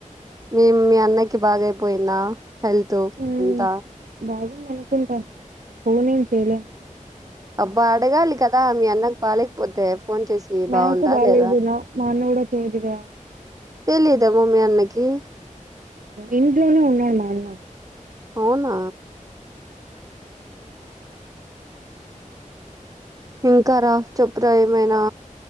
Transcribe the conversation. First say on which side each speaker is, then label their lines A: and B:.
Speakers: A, on the right; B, on the right.
A: మీ మీ అన్నకి బాగయిపోయిందా? హెల్త్
B: హ్మ్.
A: అంతా.
B: బాగుంది అనుకుంటా. ఫోన్ ఏం చేయలేము
A: అబ్బా అడగాలి కదా మీ అన్నకు బాలేకపోతే ఫోన్ చేసి?
B: నాకు
A: బాగుందా
B: బాలేదు
A: లేదా
B: న మా అన్న కూడా చేయచుగా
A: తెలీదేమో మీ అన్నకి
B: ఇంట్లోనే ఉన్నాడు మా అన్న
A: అవునా ఇంకారా చెప్పురా ఏమైనా